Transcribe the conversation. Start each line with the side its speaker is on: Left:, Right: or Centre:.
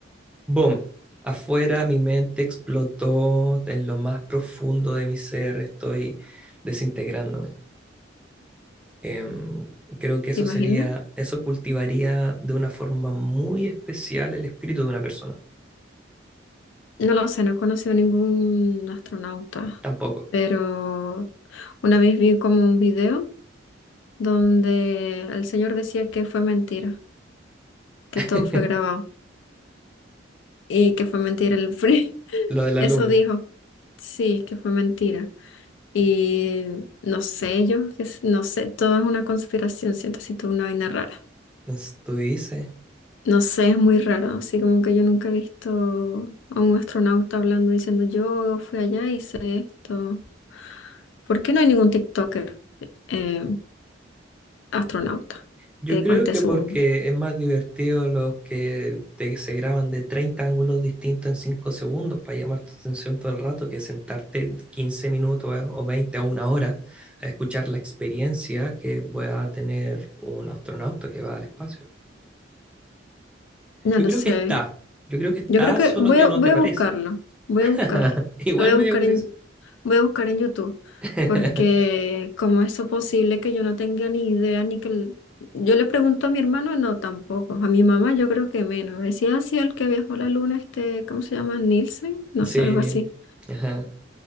Centre: ¡boom! Afuera mi mente explotó en lo más profundo de mi ser, estoy desintegrándome. Em, creo que eso
Left: ¿te imaginas?
Centre: sería, eso cultivaría de una forma muy especial el espíritu de una persona.
Left: No lo sé, no he conocido ningún astronauta,
Centre: Tampoco.
Left: pero una vez vi como un video donde el señor decía que fue mentira, que
Centre: <laughs>
Left: todo fue grabado y que fue mentira el free. <laughs>
Centre: Lo de la
Left: Eso
Centre: luna.
Left: dijo. Sí, que fue mentira. Y no sé, yo que s- no sé, todo es una conspiración, siento así toda una vaina rara.
Centre: Es- Tú dices.
Left: No sé, es muy raro, así como que yo nunca he visto a un astronauta hablando diciendo yo fui allá y hice esto. ¿Por qué no hay ningún TikToker eh, astronauta
Centre: Yo
Left: que
Centre: creo
Left: cuente
Centre: que
Left: su...
Centre: porque es más divertido los que te- se graban de 30 ángulos distintos en 5 segundos para llamar tu atención todo el rato que sentarte 15 minutos eh, o 20 o una hora a escuchar la experiencia que va a tener un astronauta que va al espacio.
Left: No
Centre: Yo
Left: lo
Centre: creo
Left: sé.
Centre: que está, yo creo que está,
Left: Yo creo que
Centre: solo
Left: voy
Centre: que
Left: a,
Centre: no
Left: voy
Centre: te
Left: a
Centre: parece.
Left: buscarlo. Voy
Centre: <laughs>
Left: a buscarlo.
Centre: Igual
Left: Lo voy a
Centre: medio
Left: buscar
Centre: curioso.
Left: en, voy a buscar en YouTube.
Centre: <laughs>
Left: Porque ¿cómo es eso posible que yo no tenga ni idea ni que... el- Yo le pregunto a mi hermano, no, tampoco. A mi mamá yo creo que menos. Decía así el que viajó a la luna, este, ¿cómo se llama? Nielsen, no
Centre: Sí,
Left: sé, algo
Centre: Neil.
Left: así.
Centre: Ajá.